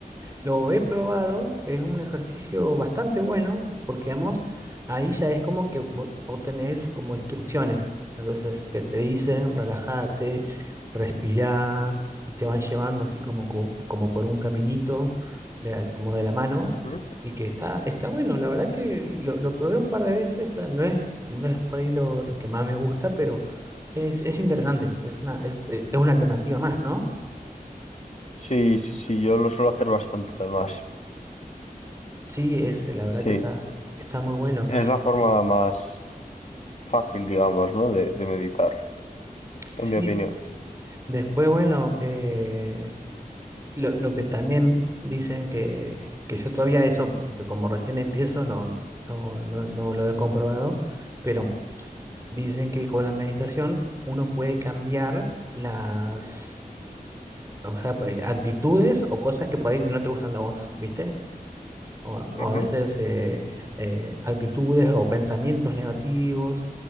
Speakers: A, on the right; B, on the left.
A: Lo he probado, es un ejercicio bastante bueno, porque vamos, ahí ya es como que vo- vos, tenés como instrucciones, entonces que te dicen, relájate, respirá, y te van llevando así como, como, como por un caminito, de la- como de la mano,
B: Ujú.
A: y que está, está bueno, la verdad que lo, lo probé un par de veces, o no es, no es por ahí lo, lo que más me gusta, pero es, es interesante, es una, es, es una alternativa más, ¿no?
B: Sí, sí, sí, yo lo suelo hacer bastante además.
A: Sí, es, la verdad
B: Sí,
A: que está, que está muy bueno.
B: es la forma más... fácil, digamos, ¿no? De, de meditar,
A: Sí,
B: en mi opinión.
A: después, bueno, eh, lo, lo que también dicen que, que yo todavía eso, porque como recién empiezo, no, no, no, no lo he comprobado, pero dicen que con la meditación uno puede cambiar las, o sea, eh, actitudes o cosas que por ahí no te gustan de vos, ¿viste? o a, o
B: Ujú.
A: a veces eh, eh, actitudes o pensamientos negativos,